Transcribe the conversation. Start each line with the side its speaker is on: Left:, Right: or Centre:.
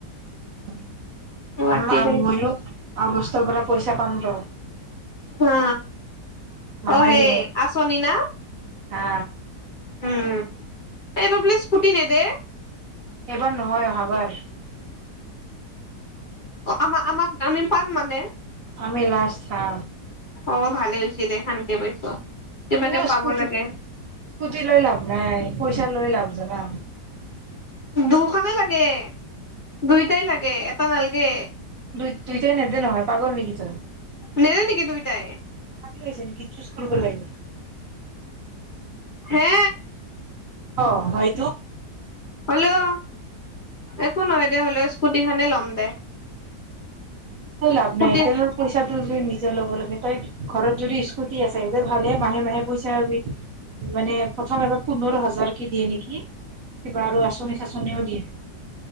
Right: উ
Left: গুৱাহাটী
Right: আ ময়ো অ বস্তৰ পৰা পইচা পাম ৰ
Left: হা
Right: মামাই
Left: অ হেই
Right: দিব
Left: আচনি না
Right: হা
Left: উম এইবা বোলে স্কুটি নেদে
Right: এবাৰ নহয় অহাবাৰ
Left: অ আমাক আমাক আমি পাম মানে
Right: আমি লাষ্ট আ
Left: অ ভালে হৈছে দে শান্তে পাইছো কিবাকে
Right: কিন্তু
Left: পাব
Right: স্কুটি
Left: লাগে
Right: স্কুটি লৈ লাভ নাই পইচা লৈ লাভ জানা
Left: দুখনে লাগে দুইটাই লাগে এটা নালগে
Right: দুই দুইটাই নেদে নহয় পাগল নেকি ত
Left: নেদে নেকি দুইটাই
Right: পাগৰ হৈছে নেকি কিছ কৰিব লাগিব
Left: হে
Right: অ হয়
Left: হলেও একো নহয় দে হ'লেও স্কুটি খানে ল'ম দে
Right: লাভ
Left: স্কুটি
Right: নাই তেলৰ পইচা নিজৰ লব লাগে তই ঘৰত যদি স্কুটি আছে স ভালে মাহে মাহে পইচাবি মানে প্ৰথম এবাৰ পোন্ধৰ হাজাৰ কি দিয়ে নেকি কিবা আৰু আঁচনি চাচনিও দিয়ো